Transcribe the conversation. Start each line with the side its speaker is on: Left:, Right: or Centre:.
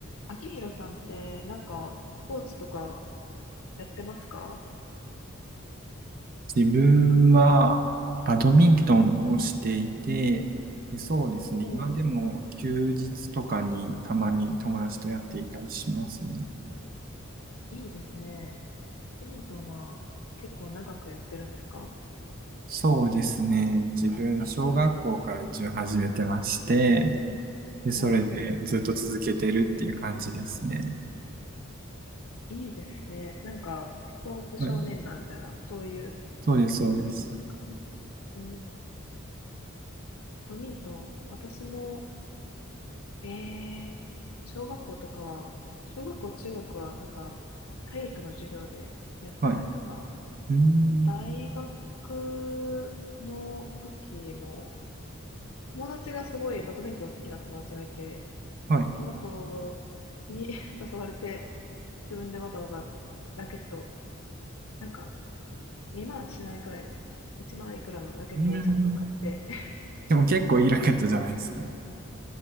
Left: 秋広さんって、なんか、スポーツとかやってますか
Right: 自分はバドミントンをしていて、で、そうですね。
Left: お
Right: 今でも休日とかにたまに友達とやっていたりしますね。
Left: ー、いいですね。トミントンは結構長くやってるんですか
Right: そうですね。自分、小学校から一応始めてまして、で、それでずっと続けてるっていう感じですね。
Left: おー、いいですね。なんか、スポーツ少年団みたいな、
Right: はい。
Left: そういう
Right: そうです、そうです。
Left: やつですかうん。トミントン、私も、ええ小学校とかは、小学校、中学は、なんか、体育の授業でやってたりとか、
Right: はい。うーん。
Left: 大学の時も、友達がすごいバドミントン好きな友達がいて、
Right: はい。う
Left: その子に <laughs> 誘われて、自分でわざわざラケット、なんか2万しないくらいの、1万いくらのラケットをちゃんと買って、
Right: ーん。
Left: <laughs>
Right: でも結構いいラケットじゃないですか。